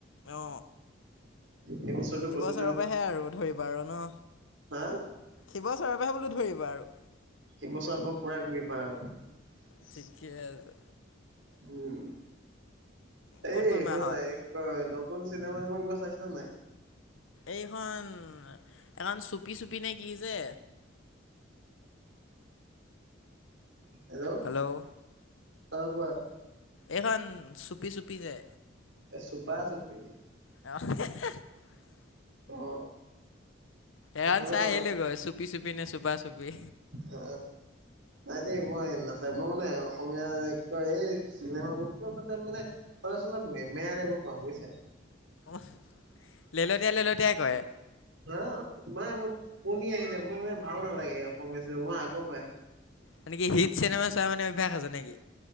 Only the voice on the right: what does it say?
এই বছৰটো
কতো যোৱা নাই
হা
সিবছৰৰ পৰা পূৰা ঘূৰিম আৰু।
হুম,
এই
শুনা
নাই <unintelligible> ন? নতুন চিনেমা কিবা চাইছা নে নাই?
হেল্ল'
অ, কোৱা।
এ চুপা চুপি।
অ। সেইখনে
চাবা
অ নাই দেই মই নাচাই মই মানে অসমীয়া একদম এই চিনেমাবোৰ কিবা মতাব মানে অলপ চলপ মেমোৰ এইবোৰ পাওঁ বুজিছা।
না তোমাৰ টো পনী আহি যাব। মানে ভাল নালাগে অসমীয়া চিনেমা, মই আগ পাই।